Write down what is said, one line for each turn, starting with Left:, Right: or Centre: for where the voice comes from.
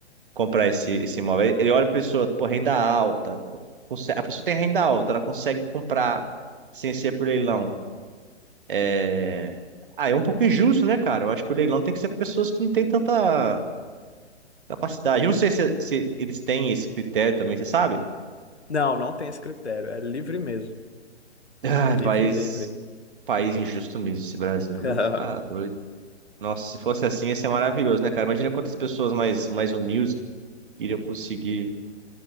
Right: comprar esse, esse imóvel. Ele ele olha a pessoa, pô, renda alta. conse- A pessoa tem renda alta, ela consegue comprar sem ser por leilão. É... Ah, é um pouco injusto, né, cara? Eu acho que o leilão tem que ser para pessoas que não têm tanta Capacidade. Eu não sei se, se eles têm esse critério também, você sabe?
Left: Não, não tem esse critério. É livre mesmo.
Right: Ah,
Left: Livre,
Right: país,
Left: livre.
Right: país injusto mesmo, esse Brasil,
Left: <laughs>
Right: viu? Tá doido. Nossa, se fosse assim, ia ser maravilhoso, né, cara? Imagina quantas pessoas mais, mais humildes iriam conseguir